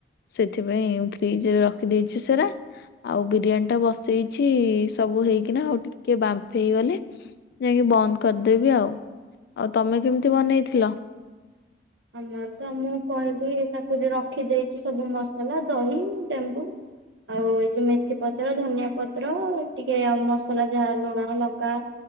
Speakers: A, on the left (about 60°); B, on the right (about 75°).
A: ସେଥିପାଇଁ ଫ୍ରିଜ ରେ ରଖିଦେଇଛି ସେରା ଆଉ ବିରିୟାନୀ ଟା ବସେଇଛି ସବୁ ହେଇକିନା ଆଉ ଟିକେ ବାମ୍ଫ ହେଇଗଲେ ଯାଇକି ବନ୍ଦ କରିଦେବି ଆଉ। ଆଉ ତମେ କେମିତି ବନେଇଥିଲ?
B: ଆମର ତ ମୁଁ କହିଲି ତାକୁ ରଖିଦେଇଛି ସବୁ ମସଲା ଦହି ଲେ ମ୍ବୁ ଆଉ ଏଇ ଯୋଉ ମେଥି ପତ୍ର ଧନିଆ ପତ୍ର ଟିକେ ଆଉ ମସଲା ଯାହା ଲୁଣ ଲଙ୍କା